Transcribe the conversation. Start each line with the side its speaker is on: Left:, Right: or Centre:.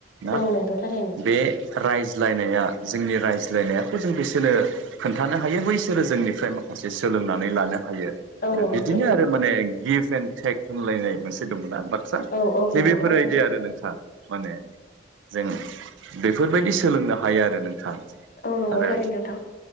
Right: ना
Left: औ नंगौ थारैनो
Right: बे रायज्लायनाया जोंनि रायज्लायनायाथ' जों बिसोरनो खोन्थानो हायो बैसोरो जोंनिफ्राय माखासे सोलोंनानै लानो हायो
Left: औ
Right: आरो
Left: नंगौ
Right: बिदिनो
Left: थारैनो
Right: आरो माने गिफ्ट टेक होनलायनाय मोनसे दंना बाथ्रा
Left: औ औ
Right: नैबेफोर
Left: नंगौ थारैनो
Right: बायदि आरो नोंथा। माने जों बेफोरबायदि सोलोंनो हायो आरो नोंथां।
Left: औ नंगौ
Right: आरो
Left: थारैनो नोंथां।